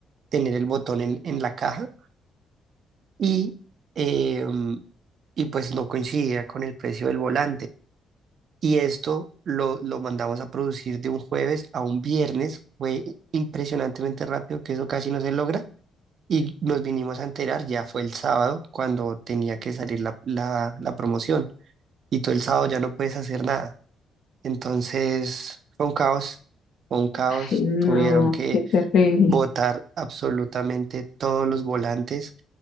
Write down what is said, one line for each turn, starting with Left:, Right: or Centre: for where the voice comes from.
Right: tener el botón en, en la caja y, eh, y pues no coincidía con el precio del volante. Y esto lo, lo mandamos a producir de un jueves a un viernes, fue impresionantemente rápido, que eso casi no se logra, y nos vinimos a enterar, ya fue el sábado, cuando tenía que salir la, la, la promoción. Y todo el sábado ya no puedes hacer nada. Entonces fue un caos, fue un caos.
Left: Ay, no,
Right: Tuvieron que
Left: qué terrible.
Right: botar absolutamente todos los volantes.